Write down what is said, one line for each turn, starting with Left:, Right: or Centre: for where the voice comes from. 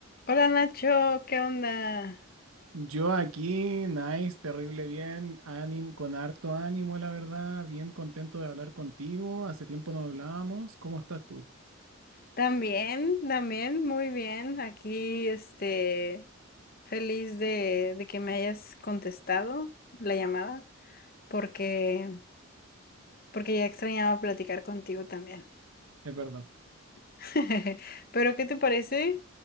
Left: Hola Nacho, ¿qué onda?
Right: Yo aquí, nice, terrible bien, ánimo, con harto ánimo, la verdad, bien contento de hablar contigo. Hace tiempo no hablábamos. ¿Cómo estás tú?
Left: También, también, muy bien. Aquí, este, feliz de, de que me hayas contestado la llamada, porque, porque ya extrañaba platicar contigo también.
Right: Es verdad.
Left: <laughs> Pero, ¿qué te parece?